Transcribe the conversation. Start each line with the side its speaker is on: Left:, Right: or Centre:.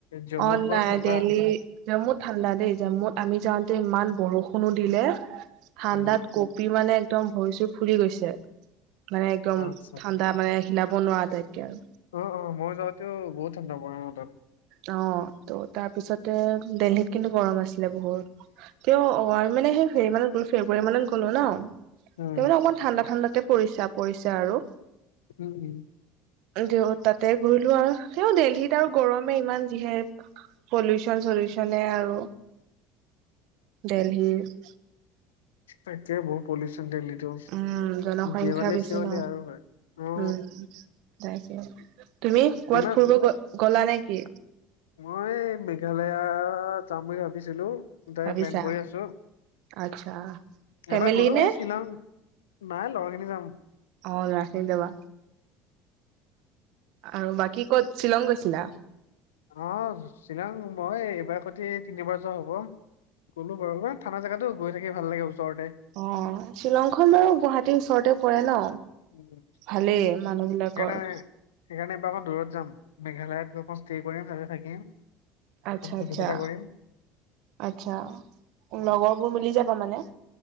Left: জম্মুত
Right: অ
Left: বাৰু
Right: নাই
Left: ঠাণ্ডা
Right: দেলহী। জম্মুত ঠাণ্ডা দেই জম্মুত আমি যাওঁতে ইমান বৰষুণো দিলে। ঠাণ্ডাত
Left: উম
Right: কপি মানে একদম ভৰি চৰি ফুলি গৈছে। মানে একদম
Left: আচ্ছা আচ্ছা
Right: ঠাণ্ডা মানে হিলাব নোৱাৰা আতাইতকে আৰু।
Left: অ অ মই যাওঁতেও বহুত ঠাণ্ডা পৰে অ তাত।
Right: অ ত' তাৰপিছতে দেল্হিত কিন্তু গৰম আছি। ছিলে বহুত তেওঁ হল তেও ৱাল মানে হেই হেৰি মানত। <inaudible> ফেব্ৰুৱাৰী মানত গ'লো ন তেওমানে
Left: উম,
Right: অকমান ঠাণ্ডা ঠাণ্ডাতে পৰিছো পৰিছে আৰু।
Left: উম উম।
Right: দিও তাতে ঘূৰিলো আৰু তেওঁ দেল্লীত আৰু গৰম ইমান যিহে পলিউচন চলিউচন মানে আৰু দেল্লীত
Left: তাকে বহুত পলিউচন দেল্লীটো
Right: উম, জনসংখ্যা
Left: দেৱালী
Right: বেছি
Left: চেৱালি
Right: ন
Left: আৰু হয় অ
Right: উম। তাকে তুমি কবাত
Left: ইমান
Right: ফুৰিব গ গলা নে কি
Left: মই মেঘালয়া যাম বুলি ভাবিছিলো তাৰে
Right: ভাবিছা?
Left: প্লেন কৰি আছো
Right: আচ্ছা ফেমিলি
Left: এবাৰ গলো
Right: নে
Left: বাৰু শ্বিলং নাই লগৰখিনি যাম
Right: অ লৰাখিনি যাবা আৰু বাকী ক'ত শ্বিলং গৈছিলা
Left: অ শ্বিলং মই এইবাৰ সৈতে তিনিবাৰ যোৱা হব গ'লো বাৰু ঠাণ্ডা জাগাতো গৈ থাকি ভাল লাগে ওচৰতে
Right: অ শ্বিলংখন বাৰু গুৱাহাটীৰ ওচৰতে পৰে ন
Left: উম,
Right: ভালেই মানুহ বিলাকৰ
Left: সেইকাৰণে সেইকাৰণে এবাৰ অকণ দূৰত যাম মেঘালয়ত গৈ মস্তি কৰিম আৰু থাকিম
Right: আচ্ছা
Left: অকণ ফূৰ্তি
Right: আচ্ছা
Left: ফাৰ্তা কৰিম।
Right: আচ্ছা লগৰ বোৰ মিলি যাবা মানে